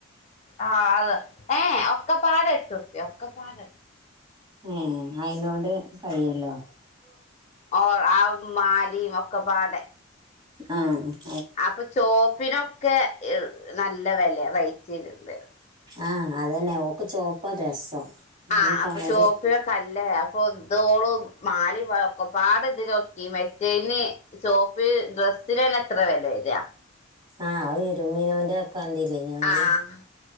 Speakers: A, on the left (about 35°); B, on the right (about 25°).
A: ആ അത ഏ ഒക്കെ പാല ഇട്ടുപ്പി ഒക്കെ പാടട്ടു
B: ഏ അയിതിനോട് കയിയല്ലോ
A: ഓർ ആ മാലിയും ഒക്കെ പാടെ
B: ആഹ
A: അപ്പൊ ചോപ്പിനൊക്കെ നല്ല വില റേറ്റ് <unintelligible> ചെയ്തിണ്ട്
B: ആഹ അതന്നെ ഒക്ക ചോപ്പ രസം
A: ആഹ
B: ഈ
A: അപ്പൊ
B: കളറ്
A: ചുവപ്പിയൊക്കെ അല്ല ഇപ്പ ഇതോളും മാലിക്കെ പാട് ഇതിലൊക്കെ മെറ്റന് ചോപ്പ് ഡ്ര ന് എത്ര വില വര്യ
B: ആഹ് ഇരു മീനോന്റെ ഒക്കണ്ടല്ലേ <unintelligible> ഞര്
A: ആഹ്